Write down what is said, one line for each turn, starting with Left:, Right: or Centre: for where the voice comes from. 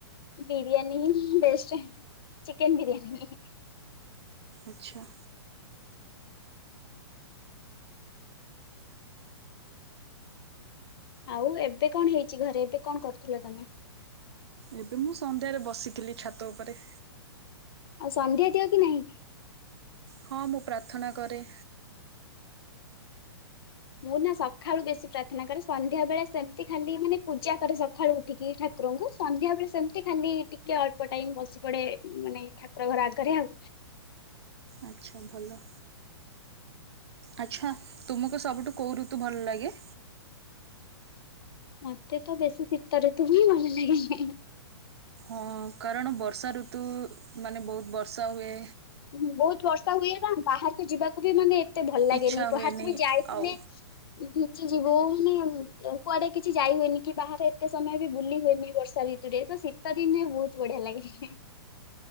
Left: ବିରିୟାନୀ ବେଷ୍ଟେ ଚିକେନ ବିରିୟାନୀ।
Right: ଆଛା।
Left: ଆଉ ଏବେ କଣ ହେଇଚି ଘରେ ଏବେ କଣ କରୁଥିଲ ତମେ?
Right: ଏବେ ମୁଁ ସନ୍ଧ୍ୟାରେ ବସିଥିଲି ଛାତ ଉପରେ।
Left: ଆଉ ସନ୍ଧ୍ୟା ଦିଅ କି ନାହିଁ?
Right: ହଁ, ମୁଁ ପ୍ରାର୍ଥନା କରେ।
Left: ମୁଁ ନା ସକାଳୁ ବେଶୀ ପ୍ରାର୍ଥନା କରେ ସନ୍ଧ୍ୟା ବେଳେ ସେମିତି ଖାଲି ମାନେ ପୂଜା କରେ ସକାଳୁ ଉଠିକି ଠାକୁରଙ୍କୁ ସନ୍ଧ୍ୟା ବେଳେ ସେମିତି ଖାଲି ଟିକେ ଅଳ୍ପ ଟାଇମ୍ ବସି ପଡେ ମାନେ ଠାକୁର ଘର ଆଗରେ ଆଉ।
Right: ଆଚ୍ଛା, ଭଲ। ଆଛା ତୁମକୁ ସବୁଠୁ କୋଉ ଋତୁ ଭଲ ଲାଗେ?
Left: ଁ <inaudible> ମତେ ତ ବେଶୀ ଶୀତ ଋତୁ ହିଁ ଭଲ ଲାଗେ।
Right: ହଁ କାରଣ ବର୍ଷା ଋତୁ, ମାନେ ବହୁତ ବର୍ଷା ହୁଏ।
Left: ହ ବହୁତ ବର୍ଷା ହୁଏ ନା, ବାହାରକୁ ଯିବାକୁ ବି ମାନେ, ମତେ ଭଲ ଲାଗେନି।
Right: ଇଚ୍ଛା
Left: ବାହାକୁ
Right: ହୁଏନି
Left: ବି ଯାଇଥିଲେ।
Right: ଆଉ
Left: ଭିଜିଯିବୁ ମାନେ କୁଆଡେ କିଛି ଯାଇ ହୁଏନି କି ବାହାରେ, ଏତେ ସମୟ ବି ବୁଲି ହୁଏନି ବର୍ଷା ଋତୁରେ ତ ସେ ଶୀତ ଦିନେ ବହୁତ ବଢିଆ ଲାଗେ।